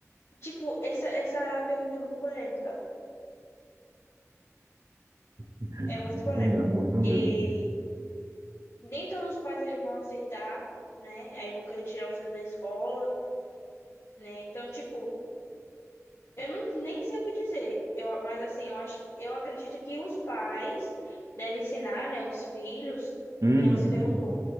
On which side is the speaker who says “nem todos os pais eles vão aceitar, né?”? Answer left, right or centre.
Left